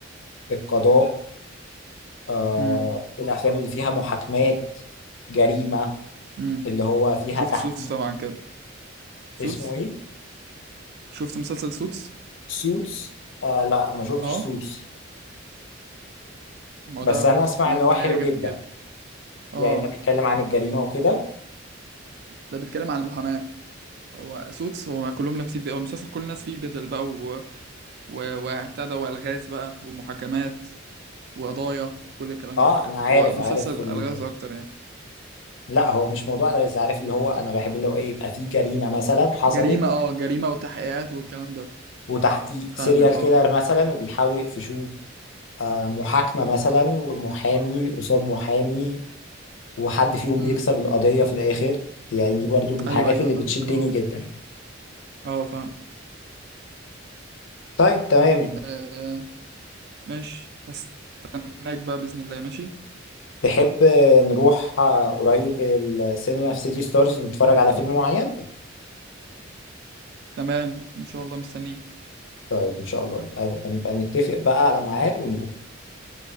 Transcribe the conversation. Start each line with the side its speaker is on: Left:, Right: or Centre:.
Left: القضاء آه
Right: امم
Left: الافلام اللي فيها محاكمات جريمة
Right: امم
Left: اللي هو فيها
Right: شفت
Left: تحقيق
Right: سوتس طبعا كده سوتس
Left: اسمه ايه
Right: شفت مسلسل سوتس
Left: سوتس آه لا ما شفتش
Right: اه
Left: سوتس
Right: ما
Left: بس
Right: هو ده
Left: انا
Right: برضو
Left: اسمع
Right: الكلام
Left: ان هو
Right: ده
Left: حلو
Right: جامد
Left: جدا
Right: جدا اه
Left: يعني ده بيتكلم عن الجريمة وكده
Right: ده بيتكلم عن المحاماة هو سوتس هو كلهم لابسين بقى المسلسل كل الناس فيه بدل بقى و... و... وبتاع ده والغاز بقى ومحاكمات وقضايا وكل الكلام
Left: اه
Right: ده
Left: انا عارف
Right: هو مسلسل
Left: عارف ال...
Right: الغاز اكتر يعني
Left: لا هو مش موضوع ده بس عارف اللي هو انا بحب اللي هو ايه يبقى فيه جريمة مثلا حصلت
Right: جريمة اه جريمة وتحقيقات والكلام ده
Left: وتحقيق
Right: فاهمك
Left: سيريال
Right: اه
Left: كيلر مثلا وبيحاولوا يقفشوه آه، محاكمة مثلا ومحامي قصاد محامي وحد فيهم
Right: امم
Left: بيكسب القضية في الآخر يعني دي برضو من الحاجات
Right: ايوه ايوه
Left: اللي
Right: فاهمك
Left: بتشدني
Right: اه
Left: جدا
Right: اه فاهم
Left: طيب تمام
Right: آه ماشي هستناك بقى بإذن الله ماشي
Left: تحب آه، نروح آه، قريب السينما في سيتي ستارز نتفرج على فيلم معين؟
Right: تمام ان شاء الله مستنيك
Left: طيب إن شاء الله نبقى نبقى نتفق بقى على ميعاد ونروح